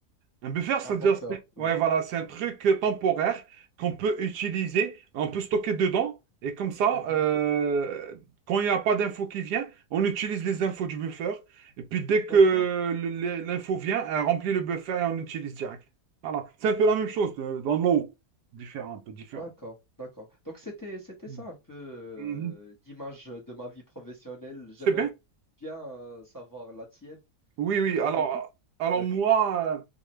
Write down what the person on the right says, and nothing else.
Un buffer, c'est-à-dire,
c'est-
ouais, voilà, c'est un truc euh, temporaire qu'on peut utiliser, on peut stocker dedans, et comme ça,
euh, quand il n'y a pas d'info qui vient, on utilise les infos du buffer, et puis dès que
le- le- l'info vient, elle remplit le buffer et on l'utilise direct. Voilà, c'est un peu la même chose de- dans l'eau, différent, un peu différent.
Mhm.
Mhm.
C'est bien.
Oui, oui.
Alors,
alors
moi, euh,